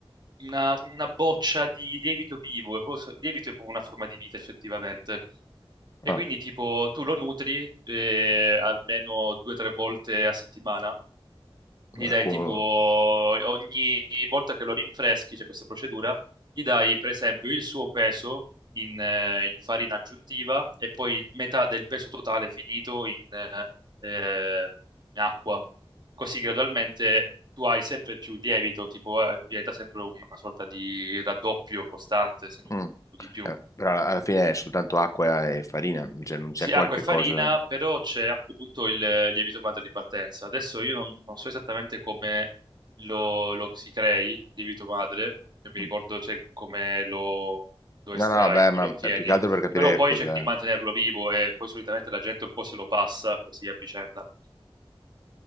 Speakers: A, on the right; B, on the left.
A: una- una boccia di lievito vivo, è proprio so- il lievito è proprio una forma di vita effettivamente. E
B: Ah,
A: quindi tipo tu lo nutri eh, almeno due o tre volte a settimana gli dai
B: ecco,
A: tipo ogni volta che lo rinfreschi, c'è questa procedura, gli dai per esempio il suo peso in, eh, in farina aggiuntiva e poi metà del peso totale finito in, eh, eh, in acqua. Così gradualmente tu hai sempre più lievito, tipo eh, diventa sempre una sorta di raddoppio costante, se non
B: mm.
A: di più.
B: Eh, però alla alla fine è soltanto acqua e farina, cioè non c'è
A: Sì,
B: qualche
A: acqua e farina,
B: cosa.
A: però c'è appunto il lievito madre di partenza. Adesso io non, non so esattamente come lo, lo si crei, il lievito madre, non mi
B: Mm.
A: ricordo cioè, come lo, lo estrai,
B: No, no, beh,
A: come
B: ma
A: lo ottieni,
B: è più che altro per capire
A: però poi
B: che cos'è,
A: cerchi di mantenerlo vivo e poi solitamente la gente un po' se lo passa così a vicenda.